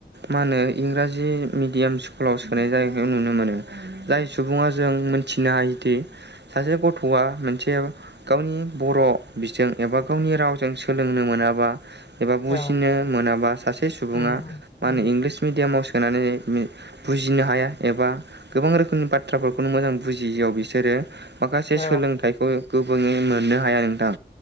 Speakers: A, on the right; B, on the left.
A: मा होनो इंराजि मिडियाम स्कुलाव सोनाय जायखौ नुनो मोनो जाय सुबुङा जों मिथिनो हायोदि सासे गथ'आ मोनसे गावनि बर' बिजों एबा गावनि रावजों सोलोंनो मोनाबा एबा बुजिनो
B: औ
A: मोनाबा सासे सुबुङा
B: उम उम
A: मा होनो
B: उम
A: इंलिस मिडियामाव सोनानै बुजिनो हाया एबा गोबां रोखोमनि बाथ्राफोरखौनो मोजां बुजियियाव बिसोरो माखासे
B: औ
A: सोलोंथाइखौ गोबोयै मोननो हाया नोंथां